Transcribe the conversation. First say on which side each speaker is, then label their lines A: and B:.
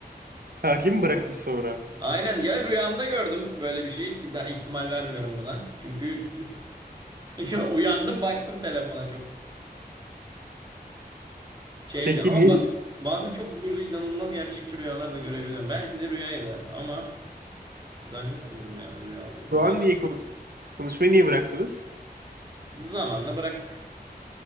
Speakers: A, on the right; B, on the right.
A: Takip mi bırakmış sonra?
B: Aynen ya rüyamda gördüm böyle bir şeyi ki ben ihtimal vermiyorum buna. Çünkü <laughs> ya uyandım baktım telefona çok şey
A: Peki
B: bir ama
A: niye
B: ba- bazen çok böyle inanılmaz gerçekçi rüyalar da görebiliyorum. Belki de rüyaydı ama zannetmiyorum yani rüya olduğunu.
A: Şu an
B: Ben
A: niye konuş konuşmayı niye bıraktınız?
B: zamanla bıraktık.